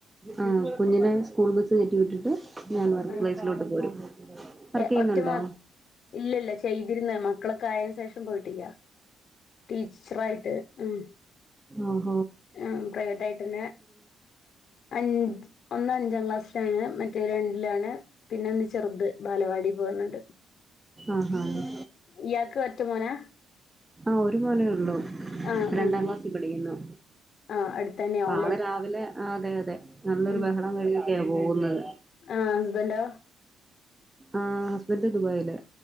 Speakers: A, on the right; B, on the left.
A: ആഹ് കുഞ്ഞിനെ സ്കൂൾ ബസ് കേറ്റി വിട്ടിട്ട് ഞാൻ വർക്ക്
B: ആ
A: പ്ലേസിലോട്ട് പോരും വർക്ക്
B: ഏ
A: ചെയ്യുന്നുണ്ടോ
B: ഒറ്റ മോൻ. ഇല്ലില്ല ചെയ്തിരുന്നെ മക്കളൊക്കെ ആയേനു ശേഷ തും പോയിട്ടില്ല ടീച്ചറായിട്ട് ഉം
A: ആഹ്
B: ആ പ്രൈവറ്റ് ആയിട്ട്ന്നെ അഞ് ഒന്ന് അഞ്ചാം ക്ലാസ്സിലാണ് മറ്റേ രണ്ടിലാണ് പിന്നെ ഒന്ന് ചെറുത് ബാലവാടി പോവ്ന്ന്ണ്ട്
A: ആഹ് ആഹ്
B: ഇയാൾക്ക് റ്റു മോനാ
A: ആ ഒരു മോനേ ഉള്ളൂ
B: ആഹ്
A: രണ്ടാം
B: ആഹ് ആഹ്
A: ക്ലാസ്സിൽ പഠിക്കുന്നു
B: ആഹ് അടുത്തന്നെ
A: പ്പ
B: ആവുംല്ലേ
A: ആള് രാവിലെ ആ അതെ അതെ നല്ലൊരു
B: ഉം
A: ബഹളം കഴിഞ്ഞ ക്കെയാ പോകുന്നത്
B: ആഹ് ഹസ്ബന്റോ
A: ആ ഹസ്ബന്ഡ് ദുബായിലെ